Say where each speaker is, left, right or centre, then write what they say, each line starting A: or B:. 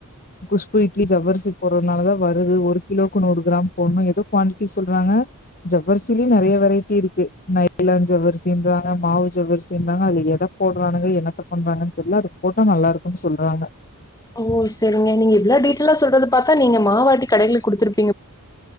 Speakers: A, on the left (about 40°); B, on the left (about 15°).
A: குஷ்பு இட்லி ஜவ்வரிசி போடுறதுனாலதா வருது ஒரு கிலோக்கு நூறு கிராம் போட்ணு எதோ குவான்டிட்டி சொல்றாங்க ஜவ்வர்சிலயு நெறய வெரைட்டி இருக்கு நைலான் ஜவ்வர்சின்றாங்க மாவு ஜவ்வர்சின்றாங்க அதுல எத போடுறானுங்க என்னத்த பன்றாங்கன் தெர்ல அது போட்டா நல்லா இருக்குன் சொல்றாங்க
B: ஓ சரிங்க நீங்க இவ்ளோ டீடெய்ல்லா சொல்றத பாத்தா நீங்க மாவட்டி கடைல குடுத்துருப்